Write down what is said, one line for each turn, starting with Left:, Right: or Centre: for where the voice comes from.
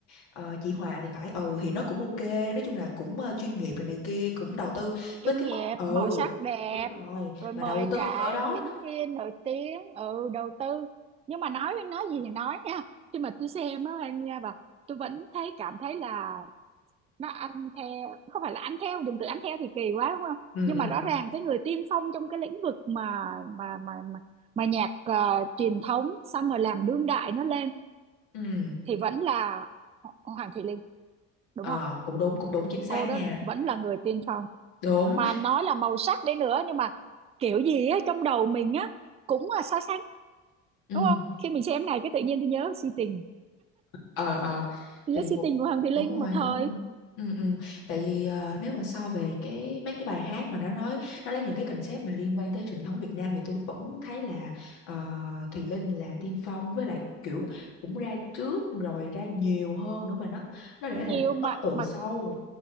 Left: ờ, chị Hòa thì phải ừ thì nó cũng ok nói chung là cũng ờ, chuyên nghiệp này này kia cũng đầu tư
Right: chuyên
Left: với cái
Right: nghiệp
Left: mức ừ
Right: màu sắc đẹp
Left: đúng rồi
Right: rồi
Left: mà
Right: mời
Left: đầu tư
Right: cả
Left: cỡ đó
Right: diễn
Left: đó.
Right: viên nổi tiếng ừ đầu tư nhưng mà nói nói gì thì nói nha khi mà tôi xem á anh nha bà tôi vẫn thấy cảm thấy là nó ăn theo không phải là ăn theo dùng từ ăn theo thì kỳ quá đúng không
Left: ừ
Right: nhưng
Left: ừ
Right: mà rõ
Left: ừ
Right: ràng cái người tiên phong trong cái lĩnh vực mà mà mà mà, mà nhạc ờ, truyền thống xong rồi làm đương đại nó lên
Left: ừ
Right: thì vẫn là Ho- Hoàng Thùy Linh đúng
Left: ờ
Right: không
Left: cũng đúng cũng đúng chính xác
Right: cô đó
Left: nha
Right: vẫn là người tiên phong
Left: đúng
Right: mà nói là màu sắc đấy nữa nhưng mà kiểu gì á trong đầu mình á cũng là so sánh
Left: ừ
Right: đúng không khi mình xem này cái tự nhiên tôi nhớ si tình
Left: ờ ờ
Right: tôi
Left: tại
Right: nhớ
Left: vì một
Right: si tình của Hằng Thị Linh
Left: đúng rồi
Right: một thời
Left: đúng rồi ừ ừ tại vì ờ, nếu mà so về cái mấy cái bài hát mà nó nói nó lấy những cái concept mà liên quan tới truyền thống Việt Nam thì tôi vẫn thấy là ờ, Thùy Linh là tiên phong với lại kiểu cũng ra trước rồi ra nhiều hơn nữa mà nó nó để
Right: nhiều
Left: lại một cái
Right: mà
Left: ấn tượng
Right: mà
Left: sâu